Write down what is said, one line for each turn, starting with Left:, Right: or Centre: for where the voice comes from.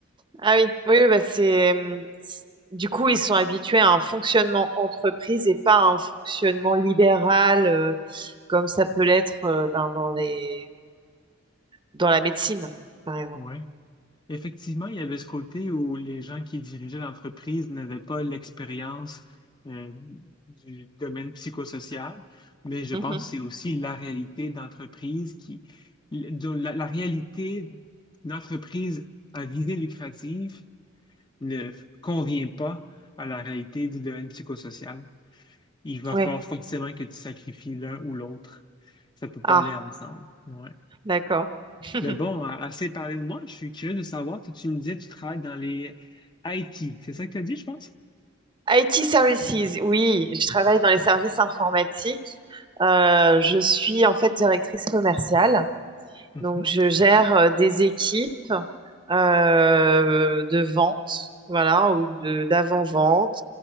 Right: Ah oui, oui, oui, bah c'est... hum, c- Du coup, ils sont habitués à un fonctionnement entreprise et pas à un fonctionnement libéral, euh, comme ça peut l'être euh, ben, dans les... dans la médecine, par exemple.
Left: Ouais. Effectivement, il y avait ce côté où les gens qui dirigeaient l'entreprise n'avaient pas l'expérience euh, du domaine psychosocial, mais je
Right: Mhm.
Left: pense que c'est aussi la réalité d'entreprise qui, la, la réalité d'une entreprise à visée lucrative ne convient pas à la réalité du domaine psychosocial, il va
Right: Oui.
Left: falloir forcément que tu sacrifies l'un ou l'autre. Ça peut pas
Right: Ah,
Left: aller ensemble. Ouais.
Right: d'accord. <laughs>
Left: Mais bon, a- assez parlé de moi, je suis curieux de savoir, toi, tu me disais, que tu travailles dans les IT. C'est ça que tu as dit, je pense?
Right: IT Services, oui, je travaille dans les services informatiques. Euh, je suis en fait directrice commerciale.
Left: Mhm.
Right: Donc, je gère
Left: OK.
Right: euh, des équipes euh, de vente, voilà, ou de d'avant-vente